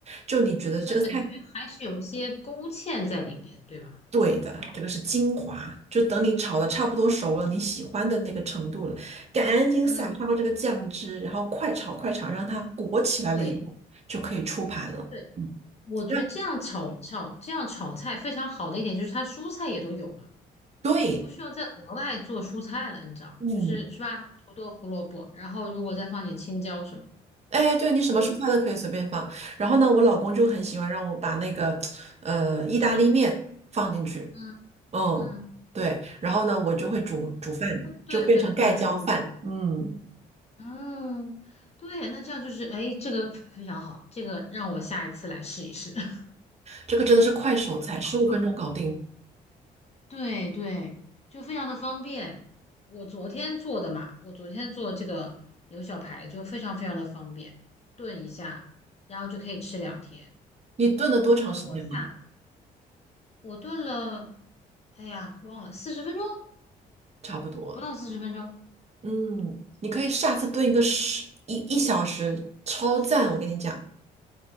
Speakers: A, on the right (about 35°); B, on the left (about 35°).
A: 就你觉得这个菜。
B: 那等于还是有一些勾芡在里边，对吧？
A: 对的，这个是精华，就等你炒的差不多熟了，你喜欢的那个程度了，赶紧撒上这个酱汁，
B: 嗯，
A: 然后快炒快炒，让它裹起来了以后，
B: 对
A: 就可以出盘了。
B: 对，
A: 嗯，
B: 我觉得这样炒炒这样炒菜非常好的一点就是它蔬菜也都有了，
A: 那对，
B: 我就不需要再额外做蔬菜了，你知道，
A: 嗯，
B: 就是是吧？土豆、胡萝卜，然后如果再放点青椒什么，
A: 哎，对你什么蔬菜都可以随便放。
B: 可以。
A: 然后呢，我老公就很喜欢让我把那个呃意大利面放进去，
B: 嗯
A: 嗯，
B: 嗯，
A: 对，然后呢，我就会煮煮饭，
B: 对对对对对对对
A: 就变成盖浇饭。嗯，
B: 嗯，对，那这样就是，哎，这个非常好，这个让我下一次来试一试。<laughs> 非
A: 这个真的是快手菜，十五分钟搞定。
B: 棒。对对，就非常的方便。我昨天做的嘛，我昨天做这个牛小排就非常非常的方便，炖一下，然后就可以吃两天。
A: 你炖了多长时间吗？
B: 等我下，我炖了，哎呀，忘了四十分钟，
A: 差不多。
B: 不到四十分钟。
A: 嗯，你可以下次炖一个十一一小时，超赞！我跟你讲。